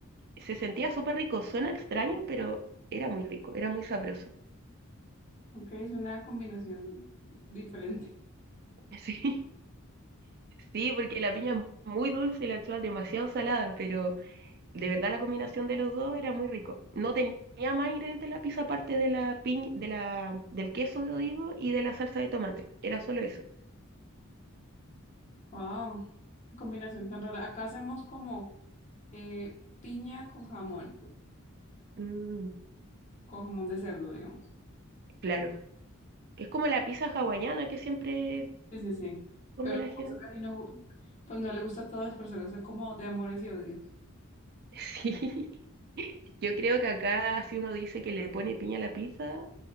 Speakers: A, on the right (about 45°); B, on the left (about 35°).
A: se sentía súper rico. Suena extraño, pero era muy rico, era muy sabroso.
B: Ok, es una combinación diferente.
A: <laughs> Sí, sí, porque la piña es muy dulce y la anchoa es demasiado salada, pero de verdad la combinación de los dos era muy rico. No tenía más ingredientes en la pizza aparte de la piña, de la, del queso, digo, y de la salsa de tomate. Era solo eso.
B: Wow, qué combinación tan rara. Acá hacemos como eh, piña con jamón,
A: Mm,
B: con jamón de cerdo, digamos.
A: claro. Es como la pizza hawaiana que siempre
B: Sí, sí, sí.
A: come
B: Pero
A: la
B: como
A: gente.
B: eso casi no, gu- pues no le gusta a todas las personas, son como de amores y odios.
A: Sí, <laughs> yo creo que acá si uno dice que le pone piña a la pizza,